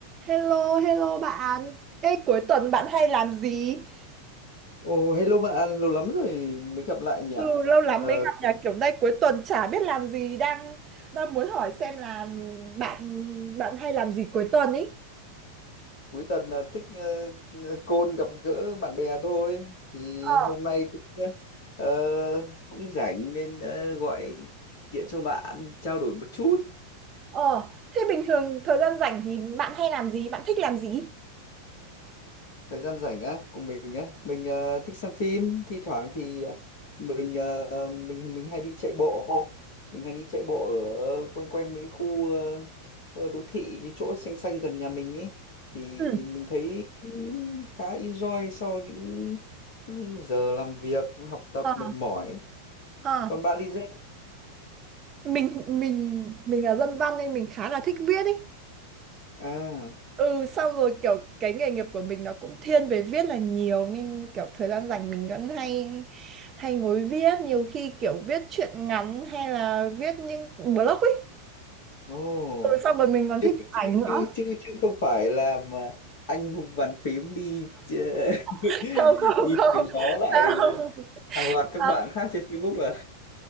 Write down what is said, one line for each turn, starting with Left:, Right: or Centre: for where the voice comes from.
Right: Hello, hello bạn. Ê, cuối tuần bạn hay làm gì?
Left: Ồ, hello bạn, lâu lắm rồi mới gặp lại nhỉ?
Right: Ừ, lâu lắm
Left: Ờ,
Right: mới gặp nhà kiểu nay cuối tuần chả biết làm gì đang đang muốn hỏi xem là bạn bạn hay làm gì cuối tuần ý.
Left: cuối tuần là thích ờ, ờ, côn gặp gỡ bạn bè thôi. Thì
Right: Ờ,
Left: hôm nay cũng ờ, ờ, cũng rảnh nên ờ, gọi điện cho bạn trao đổi một chút.
Right: ờ, thế bình thường thời gian rảnh thì bạn hay làm gì? Bạn thích làm gì?
Left: thời gian rảnh á cùng mình á mình ờ, thích xem phim thi thoảng thì ờ, mình ờ, mình mình hay đi chạy bộ mình hay đi chạy bộ ở quanh quanh mấy cái khu ờ, ờ, đô thị cái chỗ xanh xanh gần nhà mình ấy thì
Right: Ừ.
Left: mình thấy khá enjoy sau những ừ, giờ làm việc học tập
Right: Ờ,
Left: mệt mỏi
Right: ờ.
Left: còn bạn đi dạy
Right: Mình mình mình là dân văn nên mình khá là thích viết ý.
Left: à
Right: Ừ xong rồi kiểu cái nghề nghiệp của mình nó cũng thiên về viết là nhiều nên kiểu thời gian rảnh mình vẫn hay hay ngồi viết nhiều khi kiểu viết truyện ngắn hay là viết những blog ấy
Left: ồ
Right: ừ, xong rồi mình còn
Left: chứ
Right: thích
Left: chứ
Right: chụp ảnh nữa
Left: chứ chứ chứ không phải là mà anh hùng bàn phím đi chê- <laughs>
Right: <laughs> không không
Left: đi
Right: không
Left: chém gió lại
Right: không,
Left: ờ, hàng loạt các
Right: không.
Left: bạn khác trên Facebook à